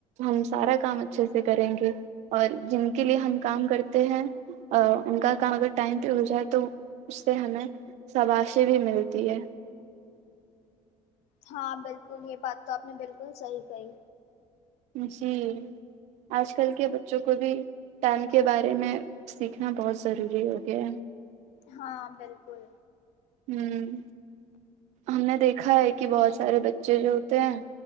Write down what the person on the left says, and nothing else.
ہاں بالکل یہ بات تو آپ نے بالکل صحیح کہی
ہاں بالکل